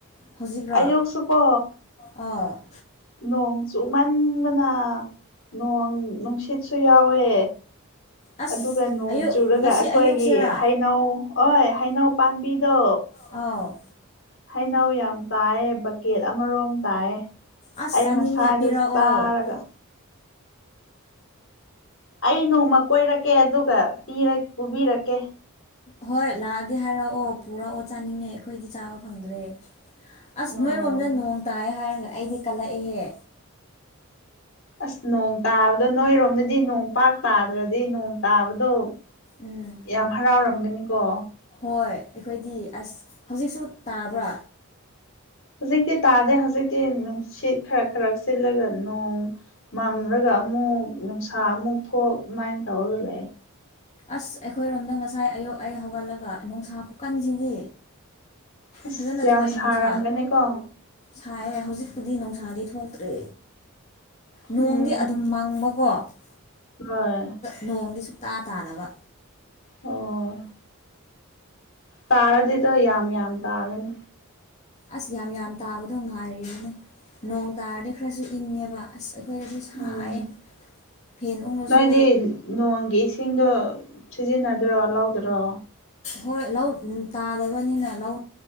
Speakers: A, on the left; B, on the left.
A: ꯍꯧꯖꯤꯛꯔꯣ
B: ꯑꯌꯨꯛꯁꯨꯀꯣ
A: ꯑꯣ
B: ꯅꯣꯡ ꯆꯨꯃꯟꯕꯅ ꯅꯣꯡ ꯅꯨꯡꯁꯤꯠꯁꯨ ꯌꯥꯎꯋꯦ
A: ꯑꯁ
B: ꯑꯗꯨꯒ ꯅꯣꯡ
A: ꯑꯌꯨꯛ
B: ꯆꯨꯔꯒ
A: ꯉꯁꯤ
B: ꯑꯩꯈꯣꯏꯒꯤ
A: ꯑꯌꯨꯛꯁꯤꯔꯥ
B: ꯍꯩꯅꯧ ꯍꯣꯏ ꯍꯩꯅꯧ ꯄꯥꯝꯕꯤ ꯍꯗꯣ
A: ꯑꯥꯎ
B: ꯍꯩꯅꯧ ꯌꯥꯝ ꯇꯥꯏ ꯕꯛꯀꯦꯠ ꯑꯃꯔꯣꯝ ꯇꯥꯏꯌꯦ
A: ꯑꯁ
B: ꯑꯩ ꯉꯁꯥꯏꯗꯗꯣ
A: ꯆꯥꯅꯤꯡꯉꯦ ꯄꯤꯔꯛꯑꯣ
B: ꯆꯥꯔꯒ ꯑꯩ ꯅꯣꯡꯃ ꯀꯣꯏꯔꯛꯀꯦ ꯑꯗꯨꯒ ꯄꯨꯕꯤꯔꯛꯀꯦ
A: ꯍꯣꯏ ꯂꯥꯛꯑꯗꯤ ꯍꯥꯏꯔꯛꯑꯣ ꯄꯨꯔꯛꯑꯣ ꯆꯥꯅꯤꯡꯉꯦ ꯑꯩꯈꯣꯏꯗꯤ ꯆꯥꯕ ꯐꯪꯗ꯭ꯔꯦ ꯑꯁ
B: ꯑꯥ
A: ꯅꯣꯏꯔꯣꯝꯗ ꯅꯣꯡ ꯇꯥꯏ ꯍꯥꯏꯔꯒ ꯑꯩꯗꯤ ꯀꯂꯛꯑꯦꯍꯦ
B: ꯑꯁ ꯅꯣꯡ ꯇꯥꯕꯗꯣ ꯅꯣꯏꯔꯣꯝꯗꯗꯤ ꯅꯣꯡꯄꯥꯛꯥꯛ ꯇꯥꯗ꯭ꯔꯗꯤ ꯅꯣꯡ ꯇꯥꯕꯗꯣ
A: ꯎꯝ
B: ꯌꯥꯝ ꯍꯔꯥꯎꯔꯝꯒꯅꯤꯀꯣ
A: ꯍꯣꯏ ꯑꯩꯈꯣꯏꯗꯤ ꯑꯁ ꯍꯧꯖꯤꯛꯁꯨ ꯇꯥꯕ꯭ꯔꯥ
B: ꯍꯧꯖꯤꯛꯇꯤ ꯇꯥꯗꯦ ꯍꯧꯖꯤꯛꯇꯤ ꯅꯨꯡꯁꯤꯠ ꯈꯔ ꯈꯔ ꯁꯤꯜꯂꯒ ꯅꯣꯡ ꯃꯝꯂꯒ ꯑꯃꯨꯛ ꯅꯨꯡꯁꯥ ꯑꯃꯨꯛ ꯊꯣꯛ ꯑꯗꯨꯃꯥꯏꯅ ꯇꯧꯔꯒ ꯂꯩ
A: ꯑꯁ ꯑꯩꯈꯣꯏꯔꯣꯝꯗ ꯉꯁꯥꯏ ꯑꯌꯨꯛ ꯑꯩ ꯍꯧꯒꯠꯂꯒ ꯅꯨꯡꯁꯥ ꯐꯨꯀꯟꯁꯤꯗꯤ
B: ꯑꯁ
A: ꯐꯖꯅ
B: ꯌꯥꯝ
A: ꯊꯣꯛꯑꯦ
B: ꯁꯥꯔꯝꯒꯅꯤꯀꯣ
A: ꯅꯨꯡꯁꯥ ꯊꯥꯏ ꯍꯧꯖꯤꯛꯄꯨꯗꯤ ꯅꯨꯡꯁꯥꯗꯤ ꯊꯣꯛꯇ꯭ꯦ ꯅꯣꯡꯗꯤ
B: ꯎꯝ
A: ꯑꯗꯨꯝ ꯃꯪꯕꯀꯣ ꯑ
B: ꯍꯣꯏ
A: ꯅꯣꯡꯗꯤ ꯁꯨꯛꯇꯥ ꯇꯥꯗꯕ
B: ꯑꯣ ꯇꯥꯔꯗꯤꯗꯣ ꯌꯥꯝ ꯌꯥꯝ ꯇꯥꯒꯅꯤ
A: ꯑꯁ ꯌꯥꯝ ꯌꯥꯝ ꯇꯥꯕꯗꯣ ꯉꯥꯏꯅꯦ ꯅꯣꯡ ꯇꯥꯔꯗꯤ ꯈꯔꯁꯨ ꯏꯪꯉꯦꯕ ꯑꯁ ꯑꯩꯈꯣꯏꯗꯗꯤ ꯁꯥꯏꯌꯦ
B: ꯎꯝ
A: ꯐꯦꯟ ꯎꯪꯉꯁꯨ
B: ꯅꯣꯏꯗꯤ ꯅꯣꯡꯒꯤ ꯏꯁꯤꯡꯗꯣ ꯁꯤꯖꯤꯟꯅꯗꯔꯣ ꯂꯧꯗꯔꯣ
A: ꯍꯣꯏ ꯂꯧ ꯇꯥꯗꯕꯅꯤꯅ ꯂꯧ